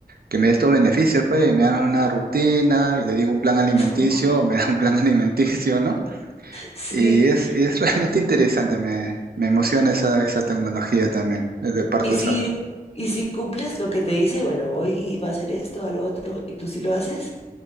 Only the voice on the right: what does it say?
que me dé estos beneficios, pues, y me hagan una rutina y le digo un plan alimenticio,
<laughs> me da un plan <laughs> alimenticio, ¿no?
Y es, y es <laughs> realmente interesante, me, me emociona esa, esa tecnología también, eh, de parte
de
esa.